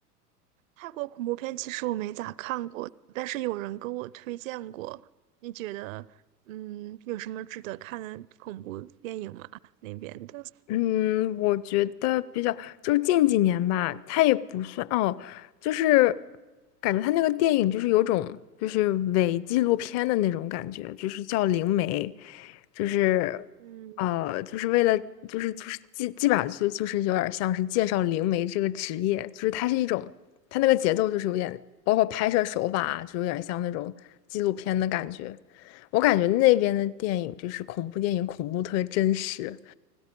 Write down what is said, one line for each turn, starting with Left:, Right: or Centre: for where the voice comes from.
Right: 泰国恐怖片其实我没咋看过，但是有人跟我推荐过。你觉得，嗯，有什么值得看的恐怖电影吗？那边的，
Left: 嗯，我觉得比较就是近几年吧，它也不算哦，就是感觉它那个电影就是有种就是伪纪录片的那种感觉，就是叫《灵媒》，就是
Right: 嗯，
Left: 呃，就是为了就是就是基基本上就就是有点像是介绍灵媒这个职业，就是它是一种它那个节奏就是有点包括拍摄手法啊，就有点像那种纪录片的感觉。我感觉那边的电影就是恐怖电影，恐怖特别真实。